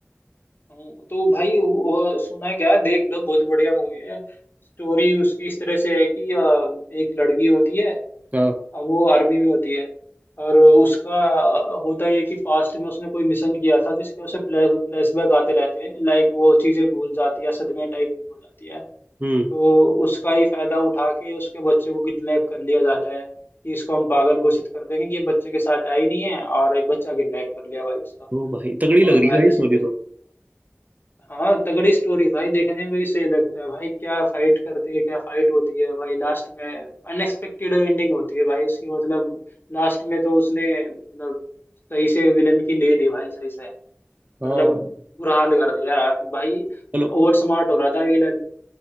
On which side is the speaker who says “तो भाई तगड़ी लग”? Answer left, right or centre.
Right